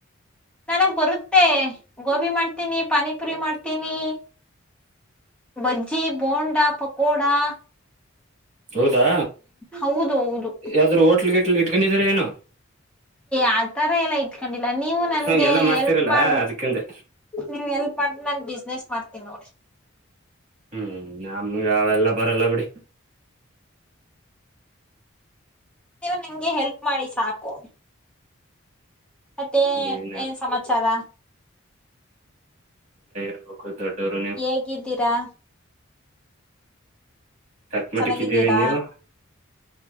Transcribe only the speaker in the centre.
ನನಗ್ ಬರುತ್ತೆ ಗೋಬಿ ಮಾಡ್ತೀನಿ ಪಾನಿಪುರಿ ಮಾಡ್ತೀನಿ ಬಜ್ಜಿ ಬೋಂಡಾ ಪಕೋಡಾ
ಹೌದು ಹೌದು
ಆತರ ಏನು ಇಟ್ಕೊಂಡಿಲ್ಲ ನೀವು ನನ್ಗೆ
ಎಲ್ಪ್ ಮಾಡಬಿಟ್ಟು
ನೀವು ಹೆಲ್ಪ್ ಮಾಡಿದ್ರೆ ನಾನು ಬಿಸ್ನೆಸ್ ಮಾಡ್ತೀನೀ ನೋಡ್ರಿ
ನೀವು ನಂಗೆ ಹೆಲ್ಪ್ ಮಾಡಿ ಸಾಕು ಮತ್ತೆ
ಏನ್ ಸಮಾಚಾರ
ಹೇಗಿದ್ದೀರಾ
ಚೆನ್ನಾಗಿದ್ದೀರಾ